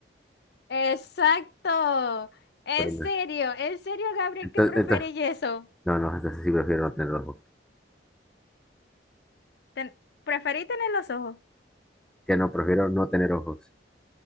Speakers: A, on the left (about 60°); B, in the centre.
A: Exacto, en
B: Bueno,
A: serio, en serio, Gabriel,
B: entonces,
A: ¿qué preferí
B: entonces,
A: eso?
B: no, no, entonces sí prefiero no tener ojos.
A: Ten- preferí tener los ojos.
B: Que no, prefiero no tener ojos,